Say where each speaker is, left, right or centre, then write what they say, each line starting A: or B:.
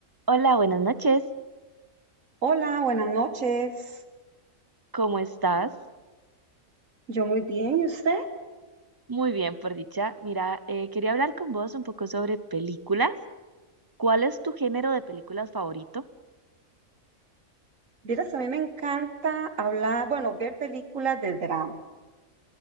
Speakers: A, on the right (about 20°); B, on the right (about 70°).
A: Hola, buenas noches.
B: Hola, buenas noches.
A: ¿Cómo estás?
B: Yo muy bien, ¿y usted?
A: Muy bien, por dicha. Mira, eh, quería hablar con vos un poco sobre películas. ¿Cuál es tu género de películas favorito?
B: Vieras, a mí me encanta hablar, bueno, ver películas de drama.